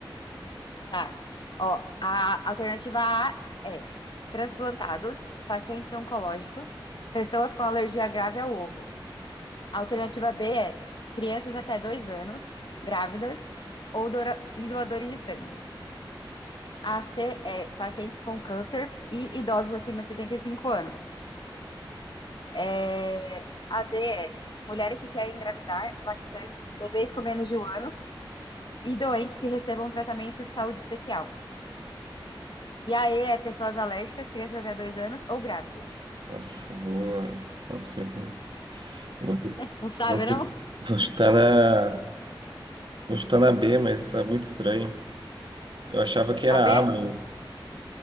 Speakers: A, on the left (about 65°); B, on the right (about 65°).
A: Tá. Ó, a alternativa A é transplantados, pacientes oncológicos, pessoas com alergia grave ao ovo. A alternativa B é crianças até dois anos, grávidas ou doa- e doadores de sangue. A C é pacientes com câncer e idosos acima de 75 anos. É, a D é mulheres que querem engravidar, lactantes, bebês com menos de um ano e doentes que recebam um tratamento de saúde especial. E a E é pessoas alérgicas, crianças até dois anos ou grávidas.
B: Nossa, eu vou falar pra você que eu eu vou, eu
A: Não sabe,
B: vou,
A: não?
B: eu vou chutar na, vou chutar na B, mas tá muito estranho. Eu achava que era
A: Na B?
B: A, mas.